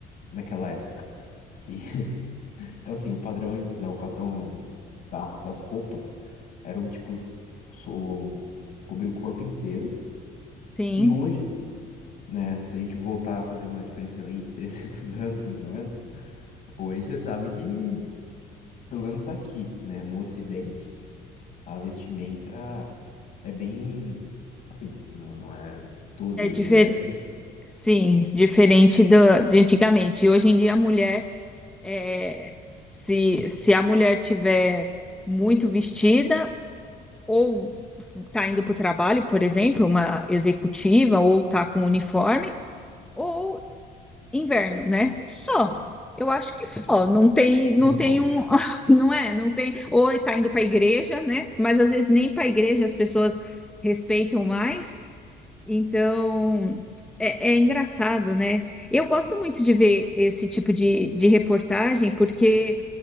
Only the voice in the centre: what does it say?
sim.
É difer...
Sim, diferente do, de antigamente. Hoje em dia, a mulher, é, se, se a mulher tiver muito vestida, ou está indo para o trabalho, por exemplo, uma executiva, ou está com um uniforme, ou inverno, né? Só. Eu acho que só. Não tem,
não tem um, <laughs> não é, não tem. Ou está indo para a igreja, né? Mas às vezes nem para a igreja as pessoas respeitam mais. Então é, é engraçado, né? Eu gosto muito de ver esse tipo de, de reportagem porque